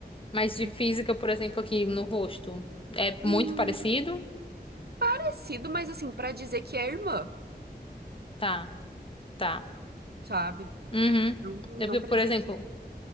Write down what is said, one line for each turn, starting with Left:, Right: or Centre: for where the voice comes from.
Left: Mas de
Right: E,
Left: física, por exemplo, aqui no rosto, é
Right: hum,
Left: muito parecido?
Right: parecido, mas assim, pra dizer que é irmã,
Left: Tá, tá.
Right: sabe?
Left: Uhum.
Right: Não,
Left: É
Right: não
Left: porque,
Right: pra
Left: por
Right: dizer
Left: exemplo,
Right: que.